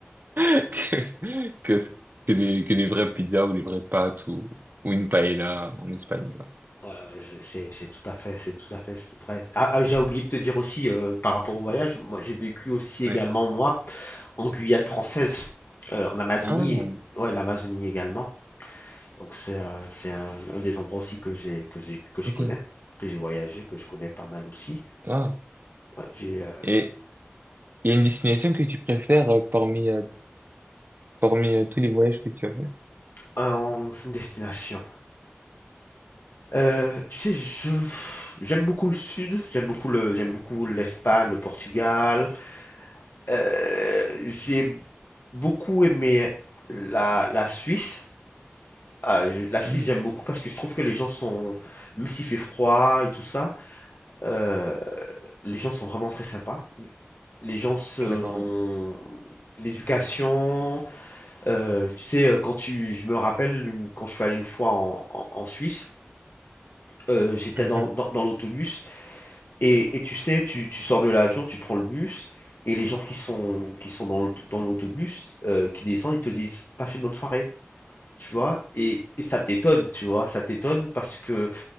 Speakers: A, on the right (about 45°); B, on the left (about 55°).
A: <laughs> que, que, que des, que des vraies pizzas ou des vraies pâtes ou, ou une paella en Espagne. quoi.
B: Ouais, ouais, c'est c'est- c'est tout à fait, c'est tout à fait vrai. Ah, ah, j'ai oublié de te dire aussi euh, par rapport au voyage, moi j'ai vécu aussi également
A: Ouais.
B: moi en Guyane française, euh, en Amazonie,
A: Ah,
B: ouais l'Amazonie également. Donc c'est euh, c'est un, un des endroits aussi que j'ai que j'ai que je
A: ok.
B: connais, que j'ai voyagé, que je connais pas mal aussi.
A: Ah.
B: Ouais, j'ai euh,
A: Et il y a une destination que tu préfères euh, parmi, euh, parmi euh, tous les voyages que tu as fait?
B: un- <laughs> une destination. Euh, tu sais, je j'aime beaucoup le sud, j'aime beaucoup le j'aime beaucoup l'Espagne, le Portugal. Euh, j'ai beaucoup aimé la, la Suisse. Ah, je- la Suisse,
A: Hmm.
B: j'aime beaucoup parce que je trouve que les gens sont, même s'il fait froid et tout ça, euh, les gens sont vraiment très sympas. Les gens se,
A: D'accord.
B: ont-
A: ouais.
B: l'éducation, euh, tu sais, euh, quand tu, je me rappelle une- quand je suis allé une fois en, en- en Suisse, euh, j'étais
A: Mhm.
B: dans, dans- dans l'autobus et, et tu sais, tu, tu sors de l'avion, tu prends le bus et les gens qui sont, qui sont dans l'aut- dans l'autobus, euh, qui descendent, ils te disent, passe une bonne soirée. tu vois, et, et ça t'étonne, tu vois, ça t'étonne parce que